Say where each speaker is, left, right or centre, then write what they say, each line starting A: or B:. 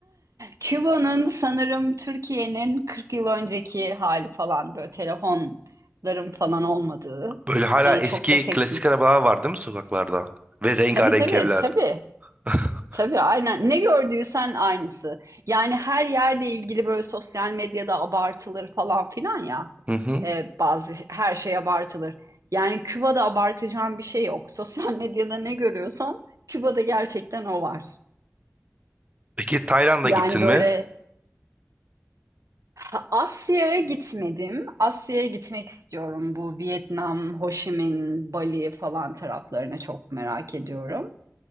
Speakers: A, on the right; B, on the right.
A: Küba'nın sanırım Türkiye'nin 40 yıl önceki hali falan böyle telefonların falan olmadığı.
B: Böyle hala
A: Hani
B: eski
A: çok da tek...
B: klasik arabalar var değil mi sokaklarda? Ve rengarenk
A: Tabii tabii
B: evler.
A: tabii.
B: <laughs>
A: Tabii aynen. Ne gördüysen aynısı. Yani her yerde ilgili böyle sosyal medyada abartılır falan filan ya.
B: Hı hı.
A: Ee, bazı her şey abartılır. Yani Küba'da abartacağın bir şey yok. <laughs> Sosyal medyada ne görüyorsan Küba'da gerçekten o var.
B: Peki Tayland'a
A: Yani
B: gittin
A: böyle
B: mi?
A: ha, Asya'ya gitmedim. Asya'ya gitmek istiyorum. Bu Vietnam, Ho Chi Minh, Bali falan taraflarına çok merak ediyorum.